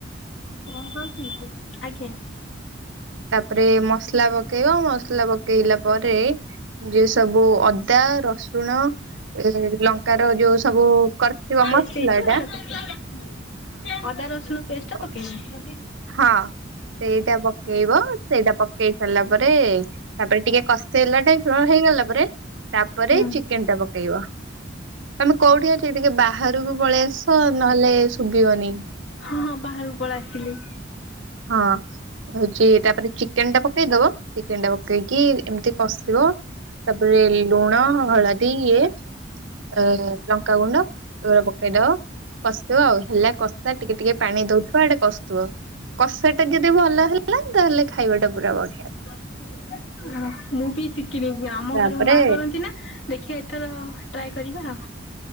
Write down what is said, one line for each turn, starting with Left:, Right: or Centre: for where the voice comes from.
Left: କଁ କରୁଚି <unintelligible> ଆଜ୍ଞା।
Right: ତାପରେ ମସଲା ପକେଇବ ମସଲା ପକେଇଲା ପରେ ଯେ ସବୁ ଅଦା, ରସୁ ରୁଣ ଏ ଲଙ୍କାର ଯୋଉ ସବୁ କରିଥିବ
Left: ପେଷ୍ଟ
Right: ମତ୍
Left: ହେଇଥିବ
Right: ଲାଟା
Left: ହେଟା ପକେଇବେ। ଅଦା, ରସୁଣ ପେଷ୍ଟା
Right: ହଁ
Left: ପକେଇବେ।
Right: ହଁ ସେଇଟା ପକେଇବ ସେଇଟା ପକେଇ ସାରିଲା ପରେ ତାପରେ ଟିକେ କଷ୍ ସେଲଟେ ପୂରଣ ହେଇଗଲା ପରେ ତାପରେ
Left: ହୁଁ
Right: ଚିକେନ୍ ଟା ପକେଇବ। ତମେ କୋଉଠି ଅଛ ଟିକେ ବାହାରୁକୁ ପଳେଇ ଆସ ନହେଲେ ଶୁବିବନି।
Left: <unintelligible> ହଁ ବାହାରୁକୁ ପଳେ ଆସିଲି।
Right: ହ। ହଉଚି ତାପରେ ଚିକେନ୍ ଟା ପକେଇଦବ ଚିକେନ୍ ଟା ପକେଇକି ଏମିତି କଷିବ। ତାପରେ ଲୁଣ, ହଳଦୀ ଇଏ। ଏ ଲଙ୍କାଗୁଣ୍ଡ ଏଗୁରା ପକେଇଦବ। କଷି <unintelligible> ଆଉ ହେଲା କଷା ଟିକେ ଟିକେ ପାନି ଦଉଥୁଅ ଆଡ଼େ କଷ୍ ତୁଅ। କଷା ଟା ଯଦି ଭଲ ହେଲା ତାହେଲେ ଖାଇବା ଟା ପୁରା ବଢିଆ।
Left: <unintelligible> ମୁଁ କି ଚି କିରେ <unintelligible> ଆମ
Right: ତାପରେ
Left: ଘରେ ଓ ମା କରନ୍ତି ନା ଦେଖିଆ ଏଥର ଟ୍ରାଏ କରିବା।